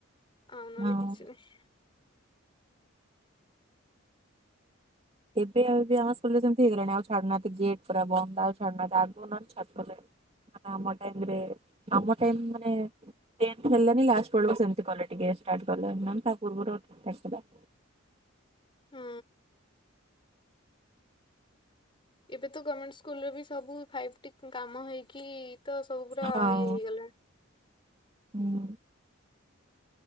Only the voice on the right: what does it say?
ହଁ
ଏବେ ଆଉ ଏବେ ଆମ ସ୍କୁଲରେ ସେମିତି ହେଇଗଲାଣି ଆଉ ଛାଡୁ ନାହାନ୍ତି ଗେଟ୍ ପୁରା ବନ୍ଦ ଆଉ ଛାଡୁ ନାହାନ୍ତି ଆଗରୁ ନହେଲେ ଛାଡୁଥିଲେ। ମାନେ ଆମ ଟାଇମରେ ଆମ ଟାଇମ ମାନେ ଟେପ୍ ହେଲାନି ଲାଷ୍ଟ ବେଳକୁ ସେମିତି କଲେ ଟିକେ ଷ୍ଟାର୍ଟ କଲେ ନହେଲେ ତା ପୂର୍ବରୁ <unintelligible> ଥିଲା।
ହଁ
ହୁଁ।